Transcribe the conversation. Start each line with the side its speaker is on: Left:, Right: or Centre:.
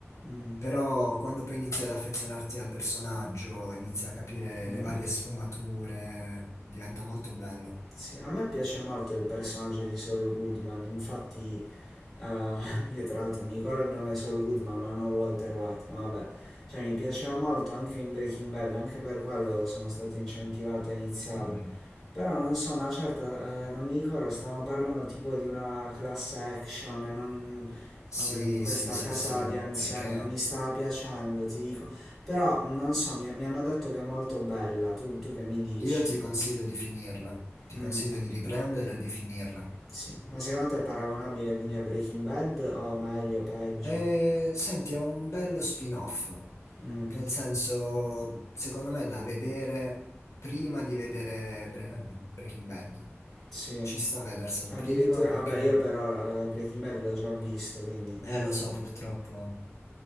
Centre: Mm,
Left: però quando poi inizi ad affezionarti al personaggio, inizi a capire
Centre: mm.
Left: le varie sfumature, diventa molto bello.
Centre: Sì, a me piace molto il personaggio di Saul Goodman, infatti eh, <laughs> io tra l'altro mi ricordo il nome Saul Goodman, ma non Walter White, ma vabbè, cioè mi piaceva molto anche in Breaking Bad, anche per quello sono stato incentivato a iniziarlo.
Left: Mm.
Centre: Però non so, una certa, eh, non mi ricordo, stavamo parlando tipo di una class action, e non,
Left: Sì,
Centre: come- di questa
Left: sì, sì,
Centre: casa
Left: sì,
Centre: di anziani,
Left: perché
Centre: non mi stava piacendo, ti dico. Però non so, mi, mi hanno detto che è molto bella, tu, tu che mi dici?
Left: io ti consiglio di finirla, ti
Centre: Mm.
Left: consiglio di riprenderla e di finirla.
Centre: Sì, ma secondo te è paragonabile quindi a Breaking Bad o meglio, peggio?
Left: E senti, è un bello spin-off.
Centre: Mm,
Left: Nel senso, secondo me è da vedere prima di vedere Bre- eh, Breaking Bad.
Centre: sì,
Left: Ci sta a vederselo
Centre: addirittura,
Left: prima perché,
Centre: vabbè io però eh, Breaking Bad l'ho già visto, quindi
Left: eh, lo so purtroppo.